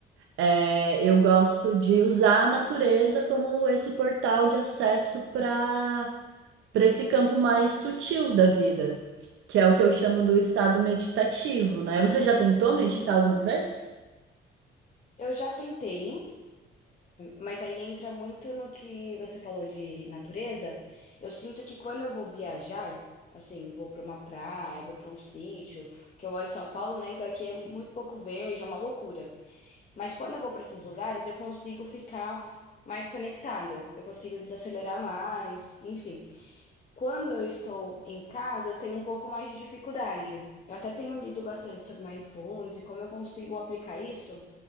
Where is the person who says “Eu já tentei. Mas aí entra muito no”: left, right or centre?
Left